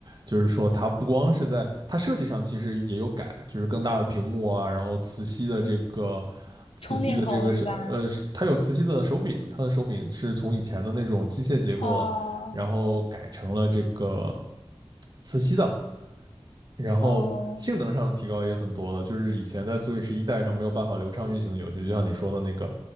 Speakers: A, on the right; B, on the left.
A: 就是说它不光是在它设计上其实也有改，就是更大的屏幕啊，然后磁吸的这个磁吸的这个是呃，
B: 充电口是吧？
A: 它有磁吸的手柄，它的手柄是从以前的那种机械结构了，
B: 哦
A: 然后改成了这个磁吸的，然后性能上的提高也很多了，
B: 哦
A: 就是以前在 Switch 一代上没有办法流畅运行的游戏，就像你说的那个